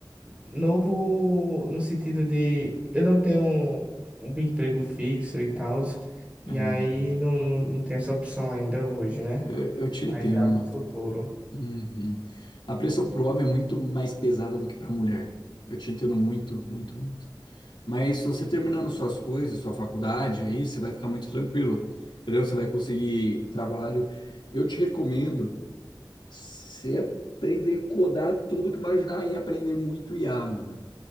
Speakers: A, on the right; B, on the left.
A: novo no sentido de eu não tenho um emprego fixo e tal. E
B: É,
A: aí não, não, não tem essa opção ainda hoje, né?
B: eu, eu te
A: Mas
B: entendo.
A: já é pro futuro.
B: Uhum. A pressão pro homem é muito mais pesada do que pra mulher. Eu te entendo muito, muito, muito. Mas se você terminando suas coisas, sua faculdade aí, você vai ficar muito tranquilo, entendeu? Você vai conseguir trabalho. Eu te recomendo você aprender a codar tudo que imaginar e aprender muito IA, mano.